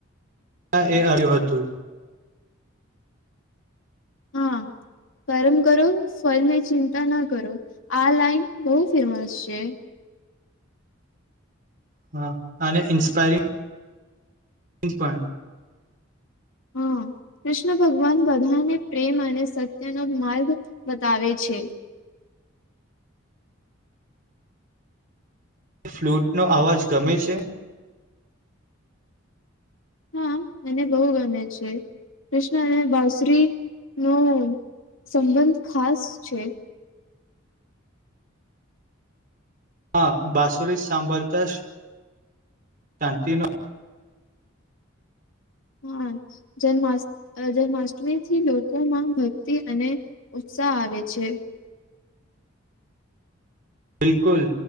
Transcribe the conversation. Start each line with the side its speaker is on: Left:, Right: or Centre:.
Right: હા એ આવ્યું હતું.
Left: હા, કર્મ કરો ફલની ચિંતા ના કરો, આ લાઈન બહુ ફેમસ છે.
Right: હા, અને ઇન્સ્પાયરિંગ પણ.
Left: હા, કૃષ્ણ ભગવાન બધાને પ્રેમ અને સત્યનો માર્ગ બતાવે છે.
Right: તે ફ્લૂટનો અવાજ ગમે છે?
Left: હા મને બહુ ગમે છે, કૃષ્ણ અને બાસુરી નો સંબંધ ખાસ છે.
Right: હા બાસુરી સાંભળતા શાંતિનો
Left: હા, જમા જન્માષ્ટમીથી લોકોમાં ભક્તિ અને ઉત્સાહ આવે છે.
Right: બિલકુલ,